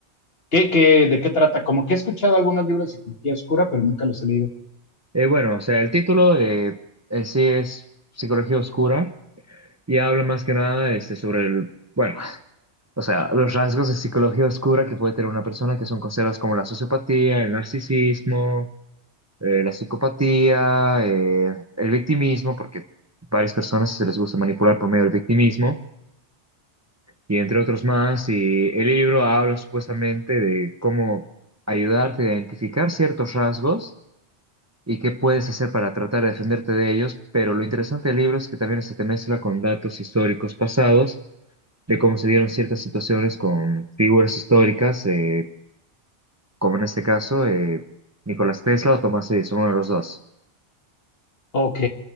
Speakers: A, on the left (about 60°); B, on the right (about 15°).
A: ¿Qué, qué, de qué trata? Como que he escuchado algunos libros de psicología oscura, pero nunca los he leído.
B: Eh, bueno, o sea, el título eh, en sí es Psicología Oscura y habla más que nada este, sobre el, bueno, <laughs> o sea, los rasgos de psicología oscura que puede tener una persona que son considerados como la sociopatía, el narcisismo, eh, la psicopatía, eh, el victimismo, porque varias personas se les gusta manipular por medio del victimismo, y entre otros más. Y el libro habla supuestamente de cómo ayudarte a identificar ciertos rasgos y qué puedes hacer para tratar de defenderte de ellos, pero lo interesante del libro es que también se te mezcla con datos históricos pasados de cómo se dieron ciertas situaciones con figuras históricas, eh, como en este caso eh, Nicolás Tesla o Thomas Edison, uno de los dos.
A: Ok,